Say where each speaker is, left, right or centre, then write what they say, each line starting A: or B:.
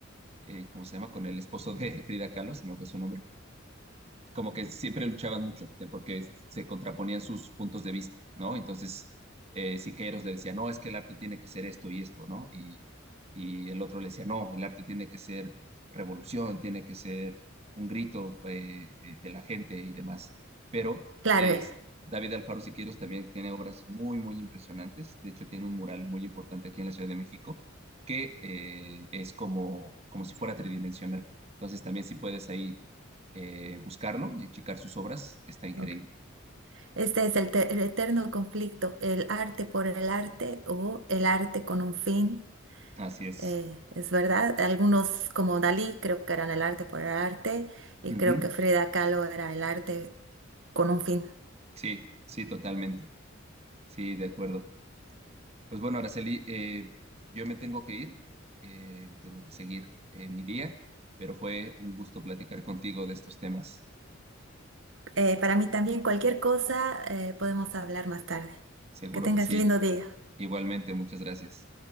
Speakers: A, on the right (about 30°); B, on the right (about 65°).
A: eh, ¿cómo se llama? Con el esposo de <laughs> Frida Kahlo, se me fue su nombre como que siempre luchaban mucho, te- porque se contraponían sus puntos de vista, ¿no? Entonces, eh, Siqueiros le decía, no, es que el arte tiene que ser esto y esto, ¿no? Y, y el otro le decía, no, el arte tiene que ser revolución, tiene que ser un grito eh, de, de la gente y demás. Pero
B: Claro,
A: es,
B: eh,
A: David Alfaro Siqueiros también tiene obras muy, muy impresionantes. De hecho, tiene un mural muy importante aquí en la Ciudad de México que eh, es como, como si fuera tridimensional. Entonces, también si puedes ahí eh, buscarlo y checar sus obras, está increíble.
B: ok. Este es el, te- el eterno conflicto, el arte por el arte o el arte con un fin.
A: Así es.
B: eh, es verdad, algunos como Dalí creo que eran el arte por el arte y
A: Ujú.
B: creo que Frida Kahlo era el arte con un fin.
A: Sí, sí, totalmente. Sí, de acuerdo. Pues bueno, Araceli, eh, yo me tengo que ir, eh, tengo que seguir eh, mi día, pero fue un gusto platicar contigo de estos temas.
B: Eh, para mí también cualquier cosa eh, podemos hablar más tarde.
A: Seguro
B: Que tengas
A: que sí.
B: lindo día.
A: Igualmente, muchas gracias.